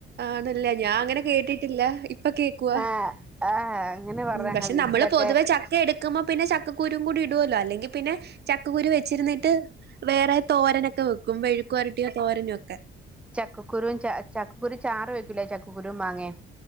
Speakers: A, on the right; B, in the centre.
A: ആണല്ലേ ഞാൻ അങ്ങനെ കേട്ടിട്ട് ഇപ്പൊ കേൾക്ക
B: ആഹ് ആഹ് അങ്ങനെ പറഞ്ഞേക്കാം
A: പക്ഷെ
B: വീട്ടിലൊക്കെ
A: നമ്മള് പൊതുവെ ചക്ക എടുക്കുമ്പ പിന്നെ ചക്കക്കുരുും കൂടി ഇടുല്ലോ അല്ലെങ്കിൽ പിന്നെ ചക്കക്കുരു വെച്ചിരുന്നിട്ട് വേറെ തോരനൊക്കെ വെക്കും ക്കും പെഴുരട്ടിയോ തോരനെയൊക്കെ
B: ചക്കക്കുരു ച ചക്കക്കുരു ചാറ് വെക്കൂലേ ചക്കക്കുരു മാങ്ങയും